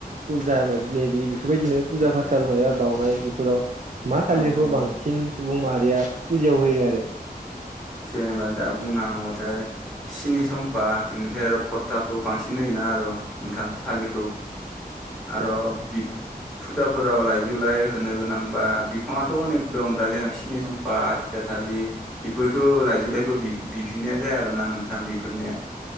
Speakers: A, on the right; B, in the centre.
A: फुजा मायबा मायबि बेफोरबायदिनो फुजा फाथाल माबा बाउनाय बेफोराव मा थालिरखौ
B: औ औ
A: बांसिन सुबुं माहारिया फुजायाव होयो आरो
B: जेनेबा दा बुंनाङोबाथाय सिनि सम्फा इनिफाय आरो भटाखौ बांसिन होयोना आरो नोंथां थालिखौ आरो
A: अ
B: बि फुजाफोराव लाइ जुलाय होनो गोनांबा बिफाङाथ अनेक दं दा जेन सिनि सम्फा आथिया थालि- बेफोरखौ लाइजुलाइखौ बि बिफिनाया जाया आरोना नोंथां बेफोरनिया